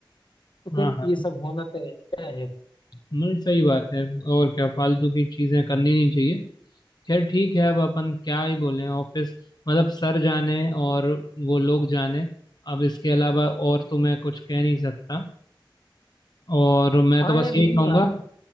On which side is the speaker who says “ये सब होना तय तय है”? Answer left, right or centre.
Left